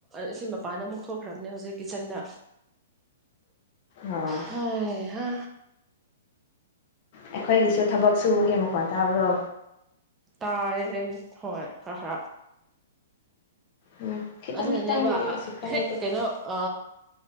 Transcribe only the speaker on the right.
ꯑꯁꯤ ꯃꯄꯥꯟꯗ ꯑꯃꯨꯛ ꯊꯣꯛꯈ꯭ꯔꯕꯅꯦ ꯍꯧꯖꯤꯛ ꯀꯤꯠꯆꯟꯗ
ꯍ ꯑ
ꯇꯥꯏ ꯍꯣꯏ ꯍꯥ ꯍꯥꯥ
ꯑꯗꯨꯅꯅꯦꯕ
ꯍꯦꯛ ꯀꯩꯅꯣ ꯑ